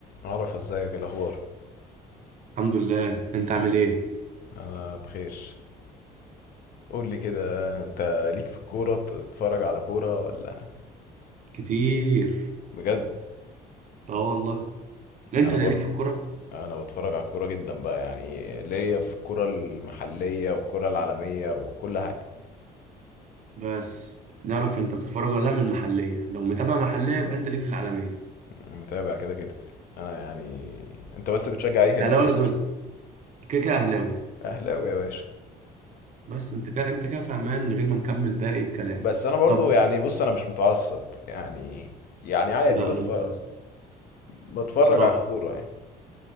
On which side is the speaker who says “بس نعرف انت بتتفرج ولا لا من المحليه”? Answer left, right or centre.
Right